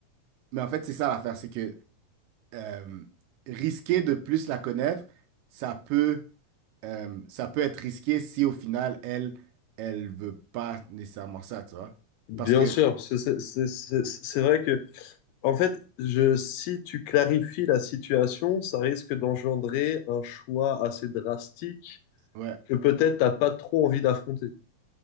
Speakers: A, on the right; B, on the left.
A: mais en fait, c'est ça l'affaire, c'est que euh, risquer de plus la connaître, ça peut. euh, ça peut être risqué si au final, elle, elle veut pas nécessairement ça, tu vois.
B: Bien
A: Parce que,
B: sûr, parce que c'est c'est- c'est- c'est vrai que, en fait, je, si tu clarifies la situation, ça risque d'engendrer un choix assez drastique
A: ouais,
B: que peut-être t'as pas trop envie d'affronter.